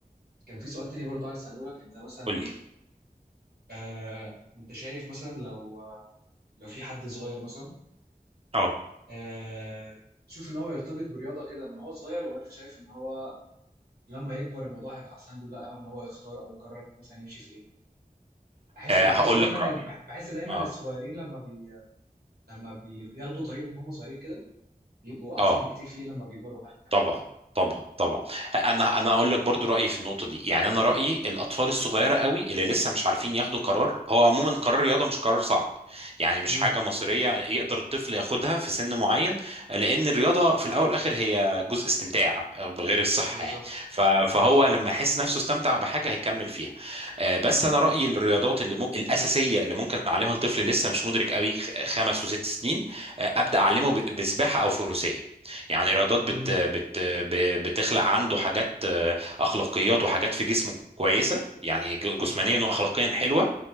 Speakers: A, on the right; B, on the right.
A: في سؤال تاني برضه عايز أسأله لك أنت مثلا
B: قول
A: إيه
B: لي
A: آه، انت شايف مثلا لو آه، لو في حد صغير مثلا
B: اه
A: آه، تشوف ان هو يرتبط برياضه كده من هو صغير ولا انت شايف ان هو لما يكبر الموضوع هيبقى احسن له لا هو ان هو يختار او يقرر مثلا يمشي في ايه بحس
B: آه،
A: بحس
B: هقول
A: دايما
B: لك رايي
A: بح- بحس دايما
B: اه
A: الصغيرين لما بي لما بياخدوا طريق من هم صغيرين كده بيبقوا احسن
B: اه
A: بكتير فيه لما بيكبروا حتى كمان
B: طبعا طبعا طبعا انا انا هقول لك برضو رايي في النقطه دي يعني انا رايي الاطفال الصغيره قوي اللي لسه مش عارفين ياخدوا قرار هو عموما قرار الرياضه مش قرار صعب يعني مش
A: امم
B: حاجه مصيريه يقدر الطفل ياخدها في سن معين لان الرياضه في الاول والاخر هي جزء استمتاع غير الصحه
A: بالظبط
B: يعني ف- فهو
A: بالظبط
B: لما يحس نفسه استمتع بحاجه هيكمل فيها آه، بس انا رايي الرياضات اللي ممكن الاساسيه اللي ممكن اعلمها لطفل لسه مش مدرك قوي خ- خمس وست سنين آه، ابدا اعلمه ب- بسباحه او فروسيه يعني رياضات بت
A: امم
B: بت ب- بتخلق عنده حاجات آه، اخلاقيات وحاجات في جسمه كويسه يعني ج-
A: صح
B: جسمانيا
A: عندك
B: واخلاقيا
A: حق بصراحه
B: حلوه